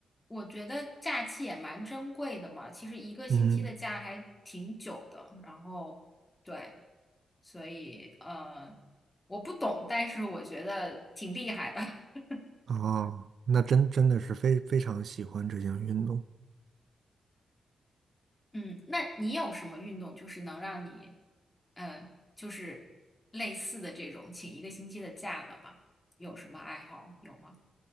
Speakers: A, on the left; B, on the right.
A: 我觉得假期也蛮珍贵的嘛，其实一个星期的假还挺久的，
B: 嗯，
A: 然后。对。所以呃，我不懂，但是我觉得挺厉害的。<laughs>
B: 哦，那真真的是非非常喜欢这项运动。
A: 嗯，那你有什么运动就是能让你，呃，就是类似的这种请一个星期的假的吗？有什么爱好有吗？